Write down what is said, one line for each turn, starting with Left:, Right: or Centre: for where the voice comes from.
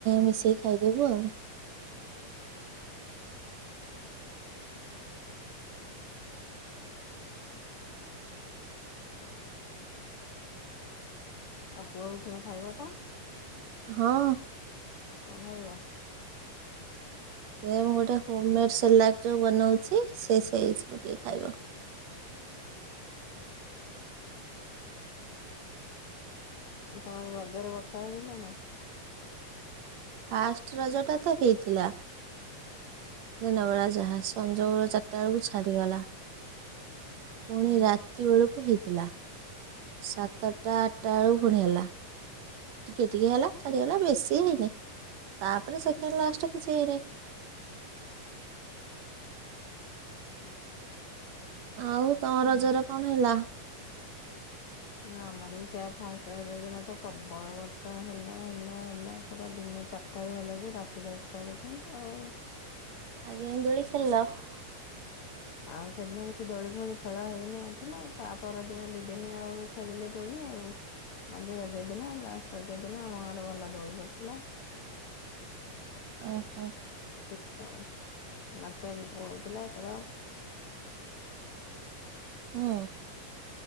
Right: ମିଶେଇକି ଖାଇଦେବୁ ଆଉ।
Left: <inaudible> ଆଉ ପୁଅ ଉଠିଣେ ଖାଇବ ତ।
Right: ହଁ
Left: କଣ ଖାଇବ?
Right: ସେ ମୁଁ ଗୋଟେ ହୋମ ମେଡ ସାଲାଡ୍ ଯୋଉ ବନଉଛି ସେ ସେଇରୁ ଟିକେ ଖାଇବ।
Left: ଆଉ ତମର ରଜରେ ବର୍ଷା ହେଇଥିଲା ନା।
Right: ଫାଷ୍ଟ ରଜଟା ତ ହେଇଥିଲା। ଦିନ ବେଳା ଯାହା ସଞ୍ଜ ବେଳା ଚାରିଟା ବେଳକୁ ଛାଡ଼ିଗଲା। ପୁଣି
Left: ହୁଁ।
Right: ରାତି ରାତି ବେଳକୁ ହେଇଥିଲା। ସାତଟା ଆଠଟା ବେଳକୁ ପୁଣି ହେଲା। ଟିକେ ଟିକେ ହେଲା ଛାଡ଼ିଗଲା ବେଶୀ ହେଇନାହିଁ ତାପରେ ସେକେଣ୍ଡ ଲାଷ୍ଟ କିଛି ହେଇନାହିଁ। ଆଉ ତମ
Left: ହୁଁ।
Right: ରଜରେ କଣ ହେଲା?
Left: ଆମର ବି ସେଇଆ ଫାଷ୍ଟ ରାଜ ଦିନ ତ ପ୍ରବଳ ବର୍ଷା ହେଲା ହେଲା ହେଲା ପୁରା ଦିନ ଜା ସକାଳୁ ହେଲା ଯେ ରାତି ଦଶଟା ପର୍ଯ୍ୟନ୍ତ ଆଉ।
Right: ଆଜ୍ଞା ଦୋଳି ଖେଳିଲ? <unintelligible>
Left: ଆଉ ସେଦିନ କିଛି ଦୋଳି ଫୋଳି ଖେଳ ହେଇନଥିଲା, ତା ପରଦିନ ଦି ଦିନ ଆଉ ଖେଳିଲେ ଦୋଳି ଆଉ। ମଝି ରଜ ଦିନ ଲାଷ୍ଟ ରଜ ଦିନ ଆମ ଗାଁରେ ଭଲ ଦୋଳି ପଡ଼ିଥିଲା।
Right: ଓହୋ।
Left: <unintelligible> ଆଉ ନାଚ ଗୀତ ହଉଥିଲା ଖେଳ।
Right: ଉଁ